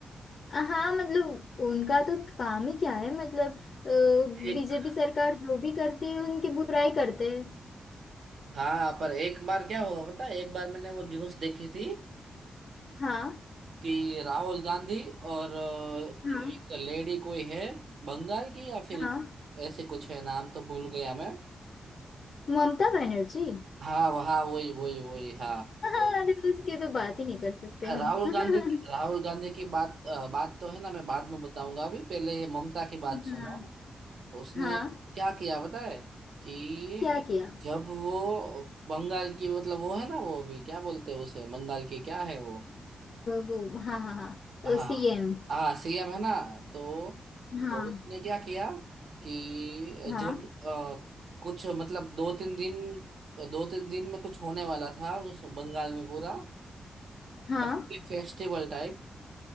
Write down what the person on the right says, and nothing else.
एक
हाँ पर एक बार क्या हुआ पता है एक बार मैंने वो न्यूज़ देखी थी
कि राहुल गांधी और अ,
कि- एक तो लेडी कोई है बंगाल की या फिर
ऐसे कुछ है नाम तो भूल गया मैं
हाँ वहाँ वही वही वही हाँ
राहुल
गांधी राहुल गांधी की बात अ, बात तो है ना मैं बाद में बताऊंगा अभी पहले ये ममता की बात सुनो
उसने
क्या किया पता है कि
जब वो बंगाल की मतलब वो है ना वो अभी क्या बोलते हैं उसे बंगाल की क्या है वो
हाँ
हाँ सीएम है ना तो
तो उसने क्या किया कि
जब अ, कुछ मतलब दो तीन दिन दो तीन दिन में कुछ होने वाला था उस बंगाल में पूरा
मतलब कि फेस्टिवल टाइप